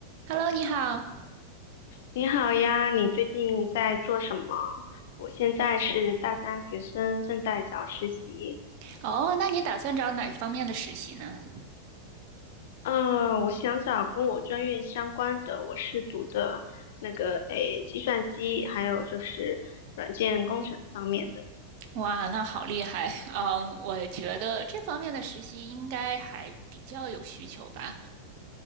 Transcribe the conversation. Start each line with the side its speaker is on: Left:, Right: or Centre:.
Right: Hello，你好。
Left: 你好呀，你最近在做什么？我现在是大三学生，正在找实习。
Right: 哦，那你打算找哪方面的实习呢？
Left: 嗯，我想找跟我专业相关的，我是读的那个诶计算机，还有就是软件工程方面的。
Right: 哇，那好厉害。嗯，我觉得这方面的实习应该还比较有需求吧。